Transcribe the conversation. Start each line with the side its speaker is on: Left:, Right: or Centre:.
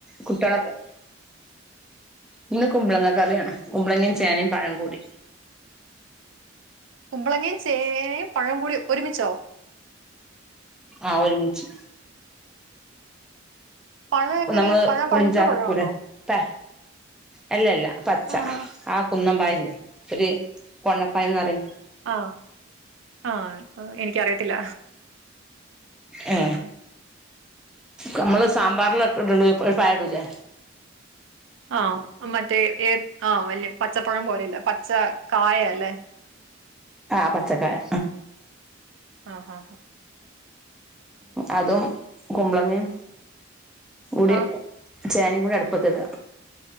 Centre: കുട്ട്യാളൊക്കെ ഇന്ന് കുമ്പളങ്ങ കറിയാണ് കുമ്പളങ്ങയും ചേനയും പഴംങ്ങൂടി
Right: കുമ്പളങ്ങയും ചേ നയും പഴം കൂടി ഒരുമിച്ചോ
Centre: ആ ഒരുമിച്ച്
Right: പഴം എങ്ങനെ
Centre: നമ്മള്
Right: പഴം
Centre: പുളിഞ്ചാറക്കൂലെ
Right: പഴുത്ത പഴമാണോ
Centre: ത്തെ അല്ല അല്ല പച്ച
Right: ആഹാ.
Centre: ആ കുന്നമ്പയല്ലേ ഒരു പൊണ്ണപ്പഴന്ന് പറയും
Right: ആ ആ എനിക്കറിയത്തില്ല
Centre: ഏ
Right: ആഹാ.
Centre: നമ്മള് സാമ്പാറിലൊക്കെ ഇട്ണ് ഒരു പയടൂല്ലേ
Right: ആ മറ്റേ ഏത്ത ആ വലിയ പച്ചപ്പഴം പോലെ പച്ച കായ ലെ
Centre: ആ പച്ചക്കായ
Right: ആ ആ
Centre: അതും കുമ്പളങ്ങേം കൂടി
Right: ആ
Centre: ചേനയും കൂടി അടു പ്പത്തു ഇട